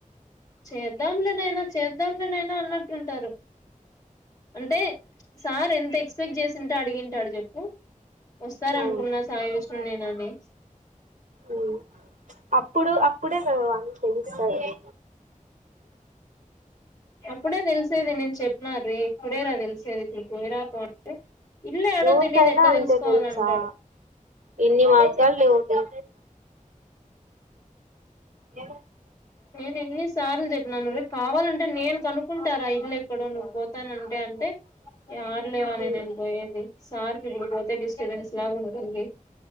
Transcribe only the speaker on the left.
చేద్దాంలేనైనా చేద్దాంలేనైనా అన్నట్టుంటారు. అంటే సార్ ఎంత ఎక్స్ పెక్ట్ చేసిం అడిగింటాడు చెప్పు వస్తార అనుకున్నా
సాయి విష్ణు నేను మే
అప్పుడే తెలిసేది నేను చెప్పిన రే ఇప్పుడే రా తెలిసేది ఇప్పుడు పోయిరా పో ఇల్లు ఏడో
తెలియదు ఎట్లా
తెలుసుకోవాలంటాడు
నేను ఎన్ని సార్లు చెప్పినాను రేపు కావాలంటే నేను కనుకుంటారా ఇల్లు ఎక్కడో నువ్వు పోతానంటే అంటే ఆడలేవా అని
నేను పోయేది సార్కి ఇప్పుడు పోతే డిస్టబెన్స్ లాగా ఉంటుంది.